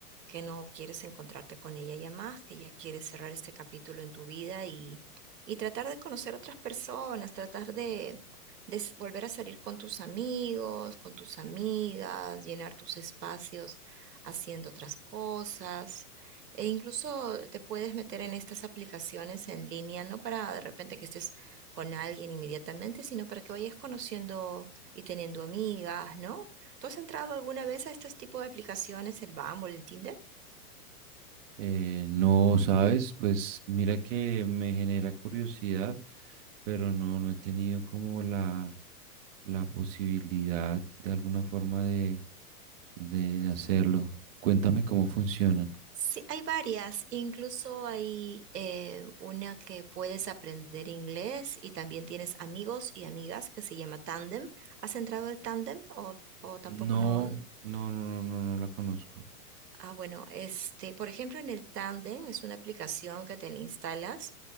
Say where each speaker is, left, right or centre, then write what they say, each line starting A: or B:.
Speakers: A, on the right; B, on the right.
A: que no quieres encontrarte con ella ya más, que ya quieres cerrar este capítulo en tu vida y, y tratar de conocer otras personas, tratar de, de s- volver a salir con tus amigos, con tus amigas, llenar tus espacios haciendo otras cosas. E incluso te puedes meter en estas aplicaciones en línea, no para de repente que estés con alguien inmediatamente, sino para que vayas conociendo y teniendo amigas, ¿no? ¿Tú has entrado alguna vez a este tipo de aplicaciones, el Bumble, el Tinder?
B: Eh, no, sabes, pues mira que me genera curiosidad, pero no, no he tenido como la la posibilidad de alguna forma de, de, de hacerlo. Cuéntame cómo funcionan.
A: Sí, hay varias, incluso hay eh, una que puedes aprender inglés y también tienes amigos y amigas que se llama Tandem. ¿Has entrado al Tandem o, o tampoco
B: No,
A: no?
B: no, no, no, no, no la conozco.
A: Ah, bueno, este, por ejemplo, en el Tandem es una aplicación que te la instalas